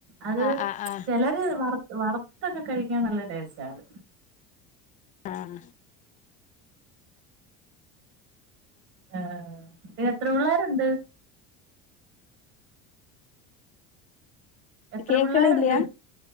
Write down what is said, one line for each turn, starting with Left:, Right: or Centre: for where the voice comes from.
Right: അത്
Left: ആഹ് ആഹ് ആഹ്
Right: ചിലര് വർ വറുത്തൊക്കെ കഴിക്കാൻ നല്ല ടേസ്റ്റ് ആള്.
Left: ആഹ
Right: ആ പിന്ന എത്ര പിള്ളരുണ്ട് എത്ര
Left: കേക്കണില്ല
Right: പിള്ളേരുണ്ട്